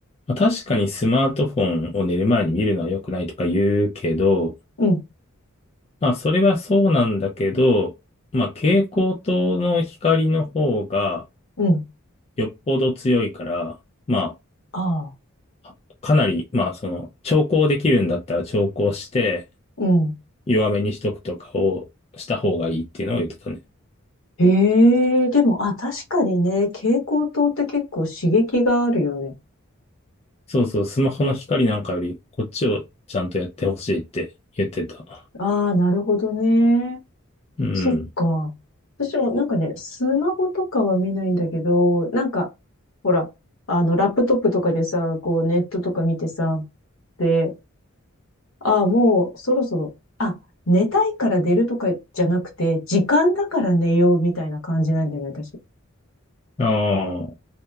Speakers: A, on the left; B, on the left.
A: まあ確かにスマートフォンを寝る前に見るのは良くないとか言うけど、
B: うん、
A: まあ、それはそうなんだけど、まあ、蛍光灯の光の方が
B: うん、
A: よっぽど強いから、ま
B: ああ、
A: あ、かなり、まあ、その、調光できるんだったら調光して、
B: うん。
A: 弱めにしとくとかをした方がいいっていうのを言ってたね。
B: ええでも、あ、確かにね、蛍光灯って結構刺激があるよね。
A: そうそう、スマホの光なんかより、こっちをちゃんとやってほしいって言ってた。
B: ああ、なるほどね。
A: うん。
B: そっか。私もなんかね、スマホとかは見ないんだけど、なんか、ほら、あの、ラップトップとかでさ、こう、ネットとか見てさ、で、ああ、もうそろそろ、あ、寝たいから寝るとかじゃなくて、時間だから寝ようみたいな感じなんだなね、私。
A: ああ、